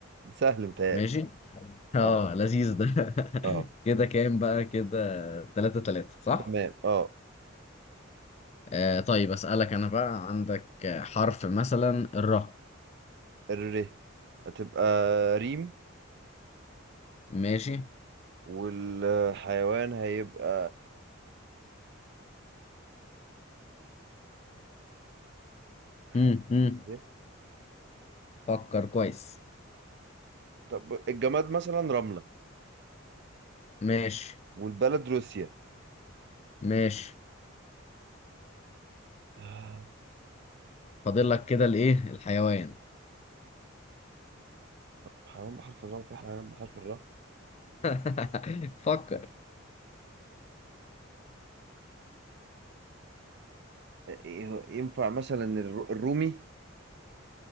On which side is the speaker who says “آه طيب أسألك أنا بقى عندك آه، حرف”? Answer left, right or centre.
Left